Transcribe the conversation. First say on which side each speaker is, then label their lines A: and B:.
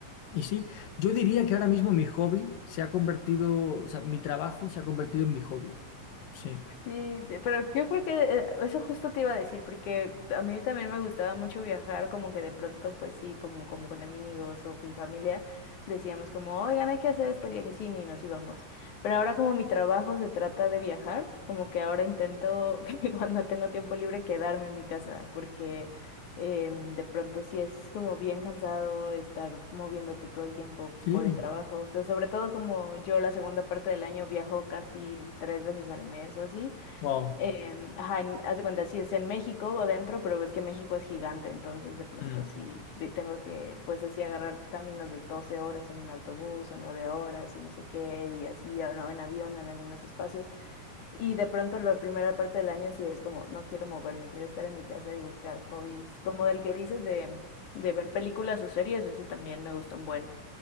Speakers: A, on the left (about 85°); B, on the left (about 65°).
A: y sí, yo diría que ahora mismo mi hobby se ha convertido, o sea, mi trabajo se ha convertido en mi hobby. Sí,
B: Sí, te- pero yo creo que eh, eso justo te iba a decir, porque a mí también me gustaba mucho viajar, como que de pronto, pues sí, como, como con amigos o fin familia, decíamos como, oigan, hay que hacer este viajecín y nos íbamos. Pero ahora como mi trabajo se trata de viajar, como que ahora intento <laughs> que cuando tengo tiempo libre quedarme en mi casa, porque em, de pronto sí es como bien cansado estar moviéndote todo el tiempo
A: sí,
B: por el trabajo. O sea, sobre todo como yo la segunda parte del año viajo casi tres veces al mes o así.
A: wow.
B: em, ajá, en- haz de cuenta, sí es en México o dentro, pero ves que México es gigante, entonces de pronto
A: Mm.
B: sí ve- tengo que, pues así agarrar caminos de 12 horas en un autobús o 9 horas y no sé qué, y así, o no, en avión en algunos espacios. Y de pronto la primera parte del año sí es como, no quiero moverme, quiero estar en mi casa y buscar hobbies. Como el que dices de, de ver películas o series, ese también me gusta un buen,